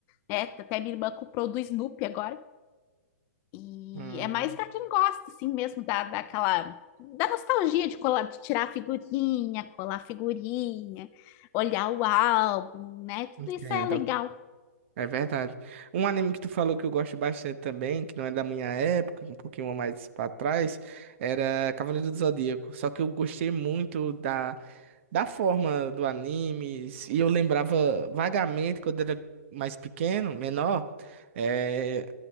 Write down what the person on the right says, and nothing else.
hum,
entendo,
é verdade. Um anime que tu falou que eu gosto bastante também, que não é da minha época, um pouquinho mais pra trás, era Cavaleiro do Zodíaco, só que eu gostei muito da da forma do anime, e eu lembrava vagamente quando era mais pequeno, menor, eh,